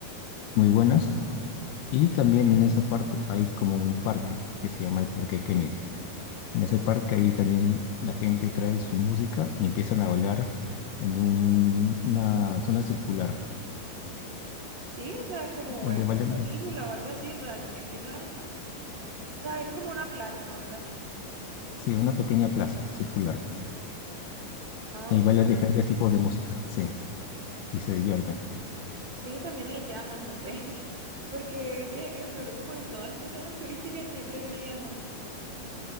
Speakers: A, on the left (about 80°); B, on the right (about 30°).
A: muy buenas. Y también en esa parte hay como un parque que se llama el Parque Kennedy En ese parque ahí también la gente trae su música y empiezan a bailar en un- una zona circular,
B: Sí, o sea, como
A: donde
B: en
A: bailan,
B: una película
A: de-
B: o algo así, o sea, em- empieza, o sea, es como una plaza o algo así.
A: sí, una pequeña plaza circular.
B: Ah,
A: Y
B: es
A: bailan
B: una-
A: diferentes tipos de música, sí, y se divierten.
B: Sí, también hay llamas, no sé. <laughs> Porque veo que en Perú, como en todas esas zonas turísticas, siempre hay una llama.